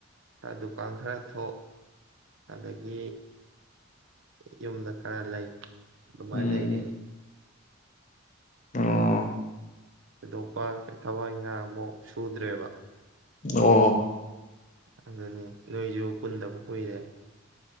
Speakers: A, on the right; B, on the left.
A: ꯈꯔ ꯗꯨꯀꯥꯟ ꯈꯔ ꯊꯣꯛ ꯑꯗꯒꯤ ꯌꯨꯝꯗ ꯈꯔ ꯂꯩ ꯑꯗꯨꯃꯥꯏ
B: ꯎꯝ
A: ꯂꯩꯔꯦꯅꯦ꯫
B: ꯑꯣ
A: ꯊꯣꯏꯗꯣꯛꯄ ꯊꯕꯛ ꯏꯡꯒꯥꯡ ꯑꯃꯨꯛ ꯁꯨꯗ꯭ꯔꯦꯕ꯫
B: ꯑꯣ
A: ꯑꯗꯨꯅꯤ ꯅꯣꯏꯁꯨ ꯄꯨꯟꯗꯕ ꯀꯨꯏꯔꯦ